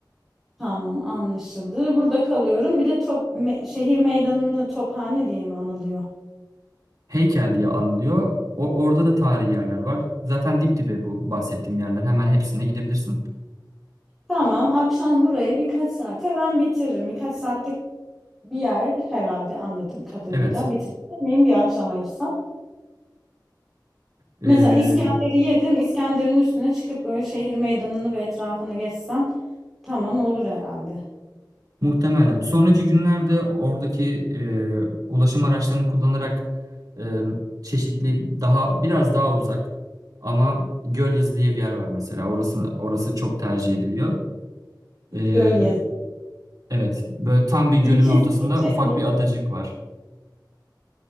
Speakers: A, in the centre; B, on the right.
A: Tamam anlaşıldı. Burada kalıyorum. Bir de top, me- şehir meydanını tophane diye mi anılıyor?
B: Heykel diye anılıyor. O, orada da tarihi yerler var. Zaten dip dibe bu bahsettiğim yerler. Hemen hepsine gidebilirsin.
A: Tamam akşam burayı birkaç saate ben bitiririm. Birkaç saatlik bir yer herhalde anladığım kadarıyla.
B: Evet.
A: Bitirmeyeyim bir akşam ayırsam.
B: e,
A: Mesela İskender'i yedim. İskender'in üstüne çıkıp böyle şehir meydanını ve etrafını gezsem tamam olur herhalde.
B: Muhtemelen. Sonraki günlerde oradaki e, ulaşım araçlarını kullanarak e, çeşitli daha biraz daha uzak ama Gölyazı diye bir yer var mesela. Orası orası çok tercih ediliyor. E,
A: Gölyazı.
B: evet, böyle tam bir gölün
A: İlçe,
B: ortasında
A: ilçe,
B: ufak
A: ilçe.
B: bir adacık var.